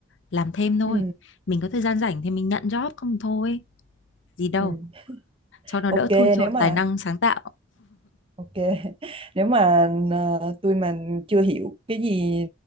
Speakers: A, on the left; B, on the right.
A: làm thêm thôi
B: ừ,
A: mình có thời gian rảnh thì mình nhận job không thôi gì đâu
B: ừ.
A: cho nó
B: ok
A: đỡ thui chột
B: nếu mà
A: tài năng sáng tạo
B: ok <laughs> nếu mà ờ, tôi mà chưa hiểu cái gì